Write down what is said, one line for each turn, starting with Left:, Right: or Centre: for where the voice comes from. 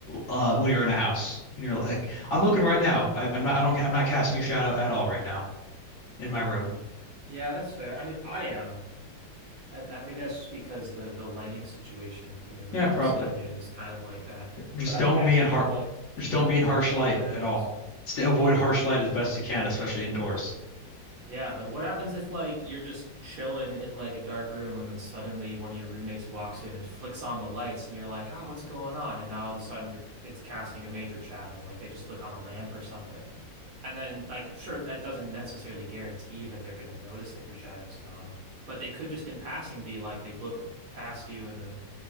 Left: uh when you're in a house and you're like I'm looking right now. I, I'm not I don't I'm not casting a shadow at all right now in my room.
Right: Yeah, that's fair. I mean, I am, and that maybe that's just because the the lighting situation in the room
Left: Yeah, probably.
Right: I'm sitting in is kind of like that.
Left: just
Right: But I'm
Left: don't
Right: casting
Left: be in har
Right: like
Left: just don't
Right: multiple
Left: be in harsh
Right: different
Left: light
Right: shadows.
Left: at all. Stay, avoid harsh light as best you can, especially indoors.
Right: Yeah, but what happens if like you're just chilling in like a dark room and then suddenly one of your roommates walks in and flicks on the lights and you're like, "Ah, what's going on?" And now all of a sudden you're it's casting a major shadow, like they just flick on a lamp or something. And then like sure that doesn't necessarily guarantee that they're going to notice that your shadow's gone, but they could just in passing be like they look past you and then